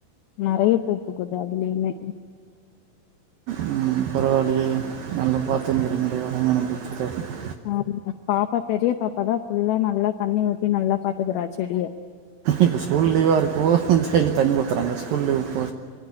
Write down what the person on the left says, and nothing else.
நெறய பூ பூக்குது அதுலயுமே
ஆமா பாப்பா பெரிய பாப்பா தா ஃபுல்லா நல்லா தண்ணி ஊத்தி நல்லா பாத்துக்கறா செடிய